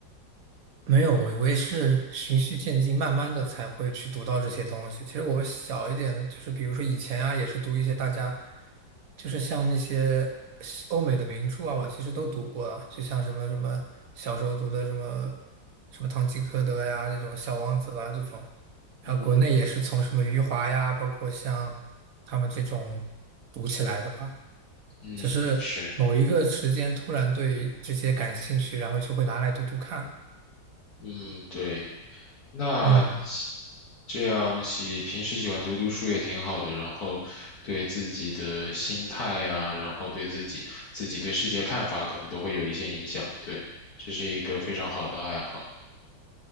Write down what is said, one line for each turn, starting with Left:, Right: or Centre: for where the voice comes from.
Right: 没有，我我也是循序渐进，慢慢的才会去读到这些东西。其实我小一点，就是比如说以前啊，也是读一些大家就是像那些西欧美的名著啊，我其实都读过了，就像什么什么小时候读的什么什么《堂吉诃德》呀，这种《小王子》啦这种，然后国内也是从什么余华呀，
Left: 嗯
Right: 包括像他们这种读起来的吧。
Left: 嗯，
Right: 只是某一个时间突然对这些感兴趣，
Left: 是，
Right: 然后就会拿来读读看。
Left: 嗯对。那
Right: 嗯。
Left: 这样喜平时喜欢读读书也挺好的，然后对自己的心态啊，然后对自己自己对世界看法，可能都会有一些影响。对，这是一个非常好的爱好。